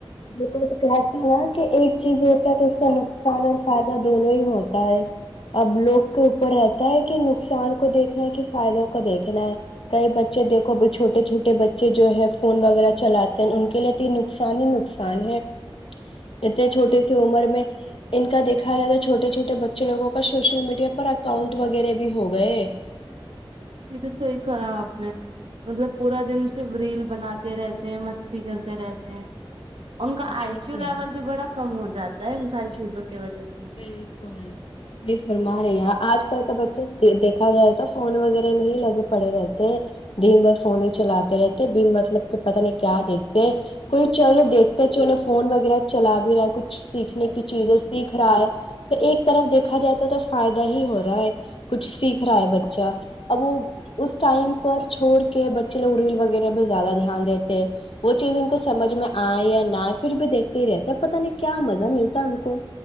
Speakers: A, on the left; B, on the right.
A: بک تو کہتے ہیں نا کہ ایک چیز ہوتا ہے تو اس کا نقصان اور فائدہ دونوں ہوتا ہے اب لوگ کے اوپر رہتا ہے کہ نقصان کو دیکھنا ہے کہ فائدوں کو دیکھنا ہے کئی بچے دیکھو ا چھوٹے چھوٹے بچے جو ہے فون وغیرہ چلاتے ہیں ان کے لیے نقصان ہی ن ان ہے اتنے چھوٹے سی عمر میں ان کا دیکھا جائے تو چھوٹے چھوٹے بچے لوگوں کا سوشل میڈیا پر اکاؤنٹ وغیرہ بھی ہو گئے
B: یہ تو صحی کہا آپ نے مطلب پورا دن صرف ریل بناتے رہتے ہیں مستی کرتے رہتے ہیں ان کا
A: بالکل
B: آئی کیو لیول بھی بڑا کم ہو جاتا ان ساری چیزوں <unintelligible> سے
A: بالکل جی فرما رہے یہاں آج کل کا بچہ دیکھا جائے تو فون وغیرہ میں ہی لگے پڑے رہتے ہیں دن بھر فون ہی چلاتے رہتے دن بھر مطلب کہ پتا نہیں کیا دھتے ہیں کوئی چلو دیکھتے چلو فون و چلا <unintelligible> میرا کچھ سیکھنے کی چیزیں سیکھ رہا ہے تو ایک طرف دیکھا جائے تو تو فائدہ ہی ہو رہا ہے کچھ سیکھ رہا ہے بچ اچھا اب وہ اس ٹائم پر چھوڑ کے بچے لوگ ایل وغیرہ پہ زیادہ دھیان دیتے ہیں وہ چیز ان کو سمجھ میں آئے یا نہ پھر بھی دیکھتے ہی رہتے ہیں پت نہیں کیا مزہ ملتا ہے ان کو